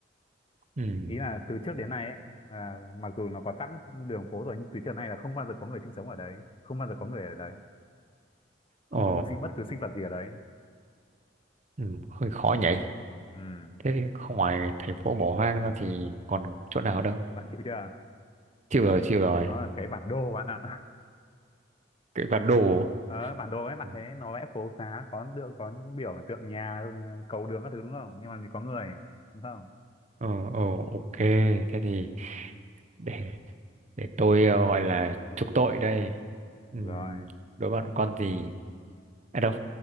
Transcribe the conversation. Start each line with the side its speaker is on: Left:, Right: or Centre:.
Right: ừ.
Left: ý là từ trước đến nay ấy là mặc dù nó có sẵn đường phố rồi nhưng từ trước đến nay là không bao giờ có người sinh sống ở đấy không bao giờ có người ở đấy không
Right: ồ
Left: có một sinh bất cứ sinh vật gì ở đấy
Right: ừ. hơi khó nhỉ
Left: ừ.
Right: thế thì không ngoài thành phố bỏ hoang ra thì còn chỗ nào đâu
Left: bạn chịu chưa
Right: chịu rồi chịu rồi
Left: nó là cái bản đồ bạn ạ
Right: cái bản đồ
Left: Ờ, bản đồ ấy bạn
Right: Ừ.
Left: thấy nó vẽ phố xá có được có những biểu tượng nhà ừ, cầu đường các thứ đúng không nhưng mà có người đúng không
Right: ờ ờ ok thế thì để để tôi ờ, gọi là trục tội đây Ừm,
Left: rồi
Right: đối bạn con gì à đâu